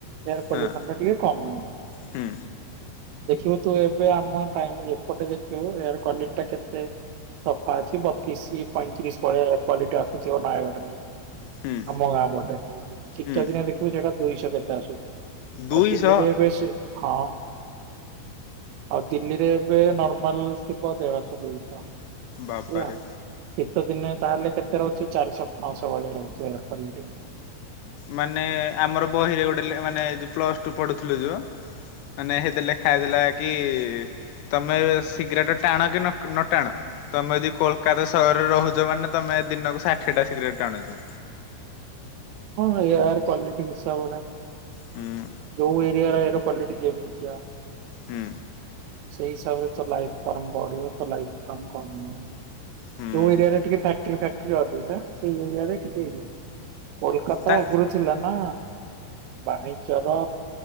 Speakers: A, on the right (about 80°); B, on the left (about 80°).
A: ଏୟାର ପଲ୍ୟୁସନ
B: ହଁ
A: ଟା ଟିକେ କମିବ
B: ହୁଁ
A: ଦେଖିବୁ ତୁ ଏବେ ଆମ କାଇଁମ ଏପଟେ ଦେଖିବୁ ଏଆର କ୍ୱାଲିଟି ଟା କେତେ। ସଫା ଅଛି ବତିଶ ପଇଁତିରିଶ ଭଳିଆ କ୍ୱାଲିଟି ଆସୁଥିବ ମାୟା <inaudible>
B: ହୁଁ
A: ଆମ ଗାଁ ପଟେ ଶୀତ
B: ହୁଁ
A: ଦିନେ ଦେଖିବୁ ସେଟା ଦୁଇଶହ କେତେ ଆସୁଛି। ଆଉ
B: ଦୁଇଶହ
A: ତିନି ଦେ ବେଶ ହଁ ଆଉ। ଦିଲ୍ଲୀରେ ଏବେ ନର୍ମାଲ ଥିବ ଦେଢଶହ ଦୁଇଶହ।
B: ବା୍ବାରେ,
A: ହେଲା। ଶୀତ ଦିନେ ତାହେଲେ କେତେ ରହୁଚି ଚାରିଶହ ପାଞ୍ଚଶହ ଭଳିଆ ରହୁଛ ଏହାର କ୍ୱାଲିଟି।
B: ମାନେ ଆମର ବହିରେ ଗୋଟେ ମାନେ ଯ ପ୍ଲସ ଟୁ ପଢୁଥିଲୁ ଯୋଉ ମାନେ ହେଇଥେ ଲେଖାହେଇଥିଲା କି। ତମେ ଶୀଘ୍ରଟ ଟାଣ କି ନ ଟାଣ, ତମେ ଯଦି କୋଲକାତା ସହରରେ ରହୁଛ ମ ମାନେ, ତମେ ଦିନକୁ ଷାଠିଏ ଟା ସିଗରେଟ ଟାଣୁଛ
A: ହଁ ୟାର କ୍ୱାଲିଟି ହିସାବରେ
B: ହୁଁ
A: ଯଉ ଏରିଆ ର ଏ <unintelligible> କ୍ଟିମିଆ
B: ହୁଁ
A: ସେଇ ହିସାବରେ ତ ଲାଇ ଫମ ବଢିବ ତ ଲାଇଫ ଫମ କଣ ନହଁ।
B: ହୁଁ
A: ଯୋଉ ଏରିଆରେ ଟିକେ ଫ୍ୟାକ୍ଟି ଫକ୍ଟରି ଅଧିକା ସେଇ ଏରିଆରେ ଟିକେ ଇଏ କୋଲକାତା
B: ତା
A: ଆଗରୁ ଥିଲା ନା ବାଣିଜ୍ୟର